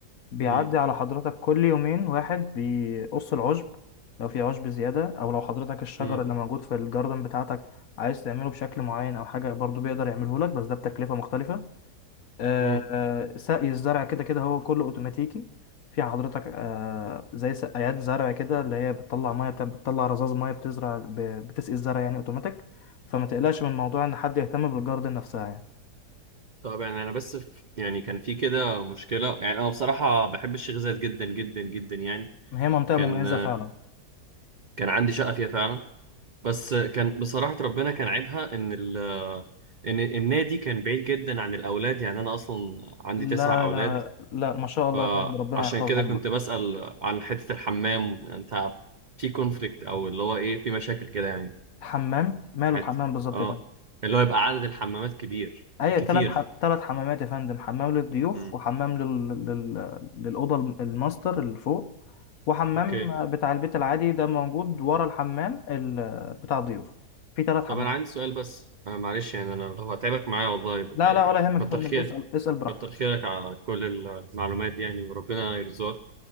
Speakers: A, on the left; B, on the right.
A: بيعدي
B: مم.
A: على حضرتك كل يومين واحد بيقص العشب لو في عشب زيادة او لو حضرتك الشجر
B: مم.
A: اللي موجود في الجاردن بتاعتك عايز تعمله بشكل معين او حاجة برضو بيقدر يعمله لك بس ده بتكلفة مختلفة آه،
B: مم.
A: آه، سقي الزرع كده كده هو كله اوتوماتيكي في حضرتك آه، زي سقايات زرع كده اللي هي بتطلع ميه بت- بتطلع رذاذ ميه بتزرع ب- بتسقي الزرع يعني اوتوماتيك فما تقلقش من موضوع ان حد يهتم بالجاردن نفسها يعني
B: طبعا انا بس في يعني كان في كده مشكله يعني انا بصراحه بحب الشيخ زايد جدا جدا جدا يعني
A: هي منطقه
B: كان
A: مميزه فعلا
B: كان عندي شقه فيها فعلا بس كان بصراحه ربنا كان عيبها ان ال ان النادي كان بعيد جدا عن الاولاد يعني انا اصلا عندي
A: لا
B: تسع اولاد
A: لا لا ما شاء الله
B: فعشان
A: يا فندم ربنا يحفظهم
B: كده كنت
A: لك
B: بسال عن حته الحمام انت في كونفليكت او اللي هو ايه في مشاكل كده يعني
A: الحمام ماله
B: هت-
A: الحمام بالظبط
B: اه
A: يا فندم
B: اللي هو يبقى عدد الحمامات كبير
A: هي
B: كتير
A: تلات ح... تلات حمامات يا فندم حمام للضيوف
B: امم
A: وحمام لل... لل... للأوضة الم- الماستر اللي فوق وحمام
B: اوكي
A: بتاع البيت العادي ده موجود ورا الحمام ال... بتاع الضيوف في تلات حمامات
B: طب انا عندي سؤال بس أنا معلش يعني انا لو هتعبك معايا والله
A: لا
B: يعني
A: لا ولا يهمك
B: كتر
A: يا فندم
B: خير
A: اسأل اسأل براحتك
B: كتر خيرك على كل المعلومات دي يعني وربنا يرزقك